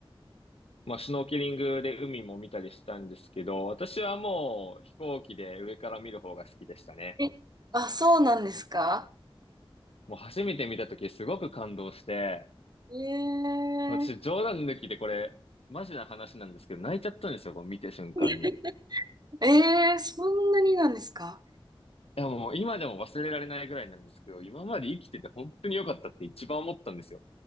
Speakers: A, on the left; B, on the right.
A: まあ、シュノーケリングで海も見たりしたんですけど、私はもう飛行機で上から見る方が好きでしたね。
B: えあ、そうなんですか
A: もう初めて見た時すごく感動して、
B: へえ。
A: 私冗談抜きでこれ、マジな話なんですけど、泣いちゃったんですよ、こう見て瞬間に。
B: <laughs>
A: い
B: ええ、そんなになんですか
A: や、もう今でも忘れられないぐらいなんですけど、今まで生きてて本当に良かったって一番思ったんですよ。